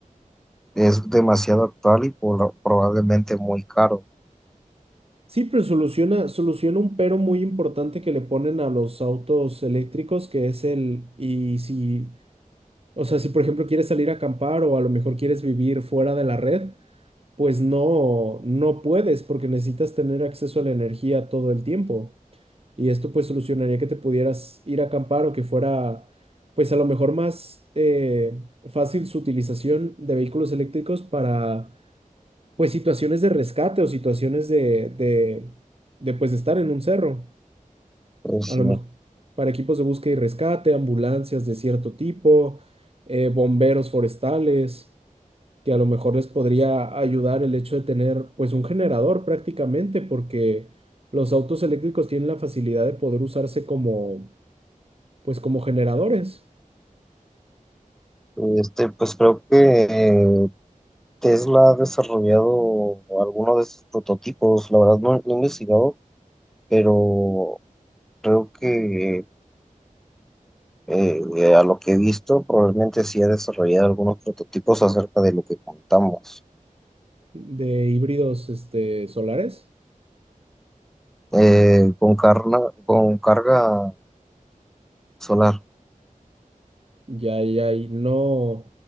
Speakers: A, in the centre; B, on the right.
A: es demasiado actual y por- probablemente muy caro.
B: Sí, pero soluciona, soluciona un pero muy importante que le ponen a los autos eléctricos, que es el, y si, o sea, si por ejemplo quieres salir a acampar o a lo mejor quieres vivir fuera de la red, pues no, no puedes porque necesitas tener acceso a la energía todo el tiempo. y esto pues solucionaría que te pudieras ir a acampar o que fuera pues a lo mejor más eh, fácil su utilización de vehículos eléctricos para pues situaciones de rescate o situaciones de, de, de pues de estar en un cerro,
A: Pues
B: a
A: sí.
B: lo mejor para equipos de búsqueda y rescate, ambulancias de cierto tipo, eh, bomberos forestales que a lo mejor les podría ayudar el hecho de tener pues un generador prácticamente porque los autos eléctricos tienen la facilidad de poder usarse como pues como generadores
A: Este, pues creo que eh, Tesla ha desarrollado algunos de estos prototipos. La verdad no, no he investigado, pero creo que eh, a lo que he visto probablemente sí ha desarrollado algunos prototipos acerca de lo que contamos.
B: de híbridos este, solares.
A: Eh, con carga, con carga solar.
B: Ya, ya, y no,